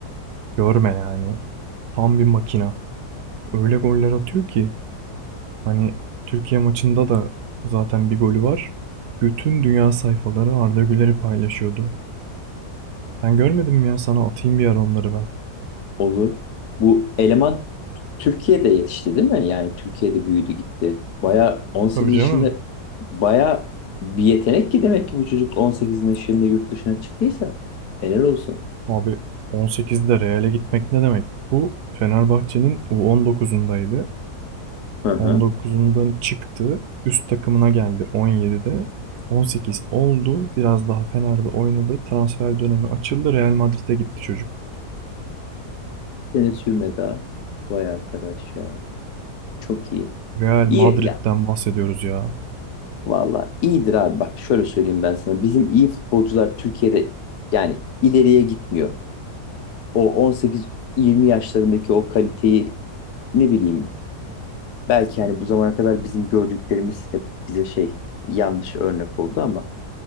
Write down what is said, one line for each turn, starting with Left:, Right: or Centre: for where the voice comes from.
Right: Görme yani. Tam bir makina. Öyle goller atıyor ki hani Türkiye maçında da zaten bir golü var. Bütün dünya sayfaları Arda Güler'i paylaşıyordu. Sen görmedin mi ya sana atayım bir ara onları ben.
Left: olur. Bu eleman Türkiye'de yetişti değil mi? Yani Türkiye'de büyüdü gitti. Baya 18
Right: Tabii
Left: yaşında
Right: canım.
Left: baya bir yetenek ki demek ki bu çocuk 18 yaşında yurt dışına çıktıysa helal olsun.
Right: Abi 18'de Real'e gitmek ne demek? Bu Fenerbahçe'nin U19'undaydı.
Left: Hı hı.
Right: 19'undan çıktı. Üst takımına geldi 17'de. 18 oldu. Biraz daha Fener'de oynadı. Transfer dönemi açıldı. Real Madrid'e gitti çocuk.
Left: Sene sürmedi ha. Vay arkadaş ya. Çok iyi.
Right: Real Madrid'den
Left: İyi. ya.
Right: bahsediyoruz ya.
Left: Valla iyidir abi bak şöyle söyleyeyim ben sana. Bizim iyi futbolcular Türkiye'de yani ileriye gitmiyor. O 18-20 yaşlarındaki o kaliteyi ne bileyim belki hani bu zamana kadar bizim gördüklerimiz hep bize şey yanlış örnek oldu ama